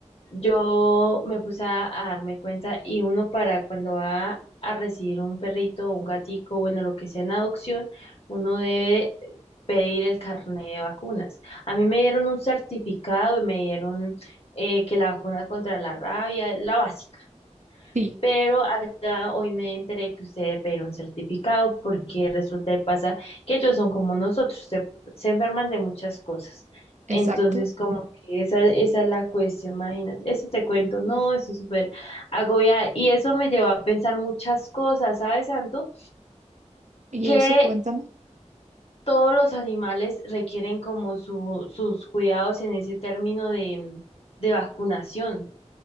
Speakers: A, on the left (about 55°); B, on the right (about 70°).
A: Yo me puse a, a darme cuenta y uno para cuando va a recibir un perrito o un gatico, bueno, lo que sea en adopción, uno debe pedir el carnet de vacunas. A mí me dieron un certificado y me dieron eh, que la vacuna contra la rabia, la básica
B: Sí,
A: pero allá hoy me enteré que usted debe pedir un certificado porque resulta y pasa que ellos son como nosotros, se, se enferman de muchas cosas.
B: exacto.
A: Entonces, como que esa, esa es la cuestión, imagínate, eso te cuento, no,
B: Ah,
A: eso es súper agobiada. Y eso me llevó a pensar muchas cosas, ¿sabes, Santo?
B: Y
A: Que
B: eso, cuéntame.
A: todos los animales requieren como su, sus cuidados en ese término de, de vacunación.